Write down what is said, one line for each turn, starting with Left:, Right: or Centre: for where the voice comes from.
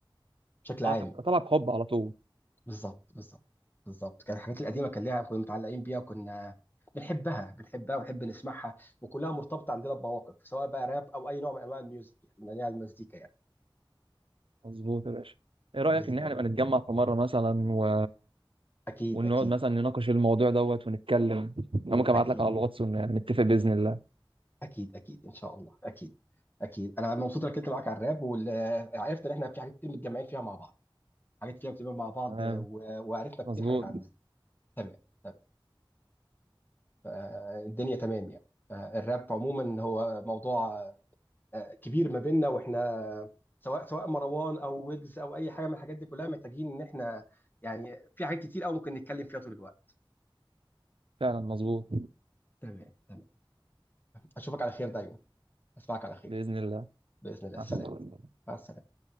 Left: بشكل عام
Right: اه كنت
Left: يعني.
Right: طالع بحب على طول
Left: بالظبط بالظبط بالظبط كان الحاجات القديمه كان ليها كنا متعلقين بيها وكنا بنحبها بنحبها ونحب نسمعها وكلها مرتبطه عندنا بمواقف سواء بقى راب او اي نوع من انواع الميوزك يعني من انواع المزيكا يعني
Right: مظبوط يا باشا ايه رايك
Left: بالظبط
Right: ان احنا نبقى نتجمع في مره مثلا و...
Left: اكيد
Right: ونقعد
Left: اكيد
Right: مثلا نناقش الموضوع دوت ونتكلم انا ممكن ابعت
Left: اكيد
Right: لك على الواتس ون- نتفق باذن الله
Left: اكيد اكيد ان شاء الله اكيد اكيد انا مبسوط انك كنت معاك على الراب وعرفت ان احنا في حاجات كتير متجمعين فيها مع بعض حاجات كده بتبقى مع بعض
Right: تمام
Left: و- وعرفنا
Right: مظبوط
Left: كتير حاجات عنها تمام تمام فالدنيا تمام يعني فالراب عموما هو موضوع آه، كبير ما بيننا واحنا سواء سواء مروان او ويجز او اي حاجه من الحاجات دي كلها محتاجين ان احنا يعني في حاجات كتير قوي ممكن نتكلم فيها طول الوقت
Right: فعلا مظبوط
Left: تمام تمام اشوفك على خير دايما اسمعك على خير
Right: باذن الله
Left: باذن الله
Right: مع
Left: السلام
Right: السلامه
Left: مع السلامه